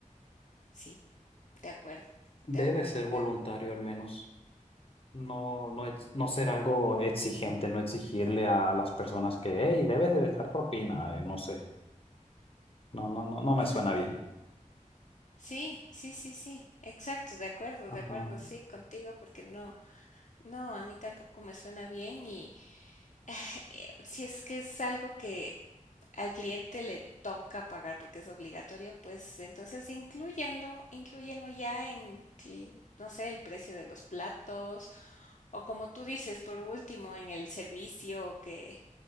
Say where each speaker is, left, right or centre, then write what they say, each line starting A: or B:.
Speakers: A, on the left; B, on the left.
A: Sí, de acuerdo, de
B: Debe
A: acuerdo,
B: ser voluntario
A: de acuerdo.
B: al menos. No, no, es- no ser algo exigente, no exigirle a las personas que, hey, debes de dejar propina, eh, no sé. No, no, no, no me
A: Ex
B: suena bien.
A: sí, sí, sí, sí, exacto, de acuerdo,
B: Ajá.
A: de acuerdo, sí, contigo, porque no, no, a mí tampoco me suena bien y, <sighs> ah, eh, si es que es algo que al cliente le toca pagar porque es obligatorio, pues entonces incluyanlo, inclúyenlo ya en, que, no sé, el precio de los platos o como tú dices, por último, en el servicio que,